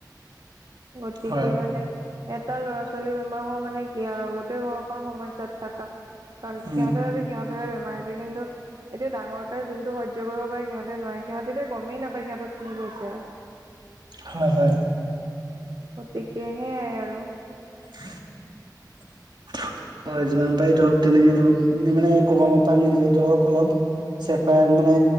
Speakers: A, on the right (about 65°); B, on the right (about 85°).
A: গতিকে
B: হয়
A: মানে। এটা ল'ৰা ছোৱালী বেমাৰ হোৱা মানে কি আৰু গোটেই ঘৰখন সমস্যাত থাকা। কাৰণ
B: উম
A: সিহঁতৰ আৰু সিহঁতৰৰে বেমাৰ হৈছে কিন্তু। এতিয়া ডাঙৰতোৱে যোনটো হইজ কৰিব পাৰে সিহঁতে নোৱাৰে সিহঁতে এতিয়া গমেই নাপায় সিহঁত কি হৈছে।
B: হয় হয়।
A: গতিকে সেইয়াই আৰু।
B: <inaudible> হয় যিমান পাৰি ধৰক তেনেকে ধৰক মানে গৰমৰ পৰা নিজে ধৰক অলপ। চেপাৰেট মানে